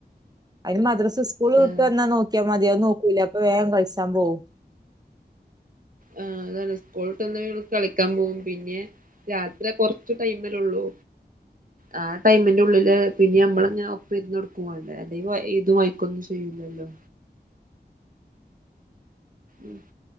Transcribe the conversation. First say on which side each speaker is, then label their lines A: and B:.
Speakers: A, on the right; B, on the right.
A: അതിന് മദ്രസ് സ്കൂള് വിട്ട്
B: ആ
A: തന്നാ നോക്കി ഒിക്കാ മതിയന്ന് നോക്കൂല അപ്പൊ വേം കഴിച്ചാൻ പോവും
B: ആഹ് അതാണ് സ്കൂളട്ടന്നവക്ക് കളിക്കാൻ പോകും പിന്നെ രാത്രിയ കൊറച്ച ടൈമല്ലള്ളൂ ആ ടൈമിന്റെ ഉള്ളില് പിന്നെ നമ്മളങ്ങനെ ഒപ്പ് പെരന്നൊടുക്കുവാണ്ടേ അല്ലെങ്കിവാ എയ്തും വായക്കൊന്നും ചെയ്യില്ലല്ലോ ഉ